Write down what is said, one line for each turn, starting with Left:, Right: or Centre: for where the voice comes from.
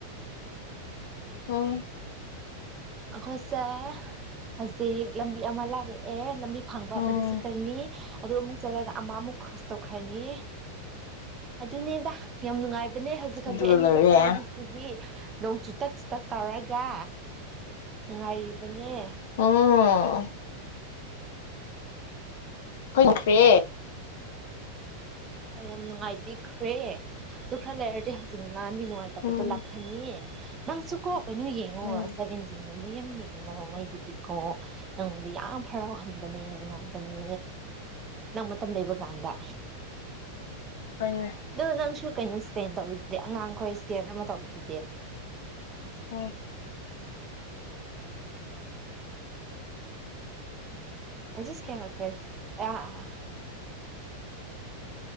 Left: ꯑꯣꯝ
Right: ꯑꯩꯈꯣꯏꯁꯦ ꯍꯧꯖꯤꯛ ꯂꯝꯕꯤ ꯑꯃ ꯂꯥꯛꯂꯛꯑꯦ ꯂꯝꯕꯤ ꯐꯪꯕ
Left: ꯎꯝ
Right: ꯑꯃꯗꯤꯗꯨꯁꯨ ꯀꯔꯤꯅꯤ ꯑꯗꯨꯒ ꯑꯃꯨꯛ ꯆꯠꯂꯒ ꯑꯃ ꯑꯃꯨꯛ ꯀ꯭ꯔꯣꯁ ꯇꯧꯈ꯭ꯔꯅꯤ ꯑꯗꯨꯅꯦꯗ ꯌꯥꯝ ꯅꯨꯡꯉꯥꯏꯕ ꯅꯦ ꯍꯧꯖꯤꯛ ꯍꯧꯖꯤꯛ
Left: ꯑꯗꯨꯒ
Right: ꯑꯩꯅ
Left: ꯂꯣꯏꯔꯦ
Right: ꯆꯠꯄ ꯂꯝꯕꯤꯁꯤꯗꯤ ꯅꯣꯡ ꯆꯨꯇꯛ ꯆꯨꯇꯛ ꯇꯧꯔꯒ ꯅꯨꯡꯉꯥꯏꯔꯤꯕ ꯅꯦ
Left: ꯎꯝ ꯐꯪꯈ꯭ꯔꯦ
Right: ꯍꯣꯏ ꯌꯥꯝ ꯅꯨꯡꯉꯥꯏꯕꯤꯈ꯭ꯔꯦ ꯑꯗꯨ ꯈꯔ ꯂꯩꯔꯗꯤ ꯍꯧꯖꯤꯛ ꯅꯥꯕꯤ ꯅꯨꯡꯉꯥꯏꯇꯕꯗꯣ
Left: ꯎꯝ
Right: ꯂꯥꯛꯈ꯭ꯔꯅꯤ ꯅꯪꯁꯨꯨꯀꯣ ꯀꯩꯅꯣ ꯌꯦꯡꯉꯣ
Left: ꯎꯝ
Right: ꯁꯦꯚꯦꯟ ꯖꯤ ꯃꯌꯥꯝ ꯌꯦꯡꯉꯣ ꯃꯣꯏꯒꯤꯗꯤꯀꯣ ꯅꯪꯉꯣꯟꯗ ꯌꯥꯝ ꯍꯔꯥꯎꯍꯟꯕꯅꯦ ꯅꯨꯡꯉꯥꯏꯕꯅꯦ ꯅꯪ ꯃꯇꯝ ꯂꯩꯕ ꯀꯥꯟꯗ
Left: ꯍꯣꯏꯅꯦ
Right: ꯗꯨ ꯅꯪꯁꯨ ꯀꯩꯅꯣ ꯏꯁꯀꯦꯟ ꯇꯧꯕꯋꯤꯗꯨꯗꯤ ꯑꯉꯥꯡꯈꯣꯏ ꯏꯁꯀꯦꯟ ꯑꯃ ꯇꯧꯕꯗꯨꯗꯤ
Left: ꯎꯝ
Right: ꯑꯩꯁꯤꯁ ꯀꯃꯁꯤ ꯑ ꯑ